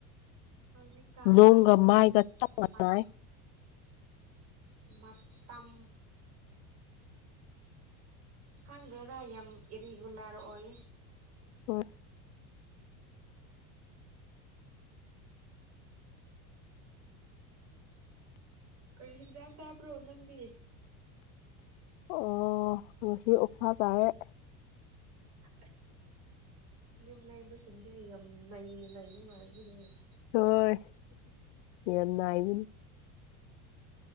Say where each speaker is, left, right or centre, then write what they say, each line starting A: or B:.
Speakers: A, on the right; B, on the left.
A: ꯍꯧꯖꯤꯛꯀꯥꯟ
B: ꯂꯣꯡꯒ
A: ꯃꯩꯁꯦ
B: ꯃꯥꯏꯒ ꯆ
A: ꯃꯠ
B: ꯇꯏ
A: ꯃꯇꯝ ꯈꯪꯗ꯭ꯔꯦꯗ ꯌꯥꯝ ꯏꯔꯤꯒꯨꯂꯔ ꯑꯣꯏ
B: ꯍ
A: ꯀꯔꯤ ꯍꯤꯟꯖꯥꯡ ꯆꯥꯕ꯭ꯔꯣ ꯅꯪꯗꯤ
B: ꯑꯣ ꯉ ꯑꯣꯛꯁꯥ ꯆꯥꯏꯔꯦ
A: ꯑꯁ ꯌꯨꯝ ꯂꯩꯕꯁꯤꯡꯁꯦ ꯑꯩ ꯌꯥꯝ ꯂꯩꯅ ꯂꯩꯕ ꯃꯥꯅꯁꯅꯦꯦ
B: ꯍꯣꯏ ꯌꯥꯝ ꯏꯕꯅꯤ